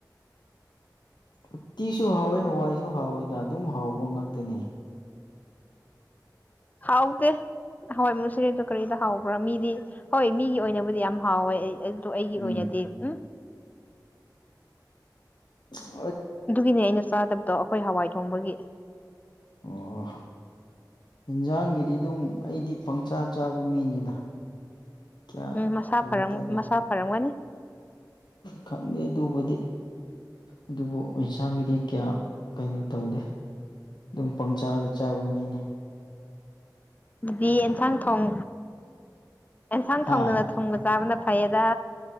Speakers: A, on the left; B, on the left.
A: <inaudible> ꯎꯇꯤꯁꯨ ꯍꯥꯎꯋꯦ ꯍꯋꯥꯏꯁꯨ ꯍꯥꯎꯋꯦꯅ ꯑꯗꯨꯝ ꯍꯥꯎꯕ ꯉꯥꯛꯇꯅꯤ
B: ꯍꯥꯎꯗꯦ ꯍꯋꯥꯏꯃꯨꯁꯤꯔꯦꯗꯣ ꯀꯔꯤꯗ ꯍꯥꯎꯕ꯭ꯔꯥ ꯃꯤꯗꯤ ꯍꯣꯏ ꯃꯤꯒꯤ ꯑꯣꯏꯅꯕꯨꯗꯤ ꯌꯥꯝ ꯍꯥꯎꯋꯦ ꯑꯩ ꯑꯗꯨ ꯑꯩꯒꯤ
A: ꯎꯝ
B: ꯑꯣꯏꯅꯗꯤ ꯎꯝ
A: ꯑ
B: ꯑꯗꯨꯒꯤꯅꯦ ꯑꯩꯅ ꯆꯥꯗꯕꯗꯣ ꯑꯩꯈꯣꯏ ꯍꯋꯥꯏ ꯊꯣꯡꯕꯒꯤ
A: ꯑꯣ ꯏꯟꯖꯥꯡꯒꯤꯗꯤ ꯑꯗꯨꯝ ꯑꯩꯗꯤ ꯄꯪꯆꯥ ꯆꯥꯕ ꯃꯤꯅꯤꯗ ꯀꯌꯥ
B: ꯎꯝ ꯃꯁꯥ
A: ꯀꯩꯅꯣ
B: ꯐꯝ
A: ꯇꯧꯗꯦ
B: ꯃꯁꯥ ꯐꯔꯝꯒꯅꯤ
A: ꯈꯪꯗꯦ ꯑꯗꯨꯕꯨꯗꯤ ꯑꯗꯨꯕꯨ ꯑꯦꯟꯁꯥꯡꯒꯤꯗꯤ ꯀꯌꯥ ꯀꯩꯅꯣ ꯇꯧꯗꯦ ꯑꯗꯨꯝ ꯄꯪꯆꯥꯥꯗ ꯆꯥꯕ ꯃꯤꯅꯤ
B: ꯑꯗꯨꯗꯤ ꯑꯦꯟꯁꯥꯡ ꯊꯣꯡ ꯑꯦꯟꯁꯥꯡ
A: ꯍꯥ
B: ꯊꯣꯡꯗꯨꯅ ꯊꯣꯡꯕ ꯆꯥꯕꯅ ꯐꯩꯌꯦꯗ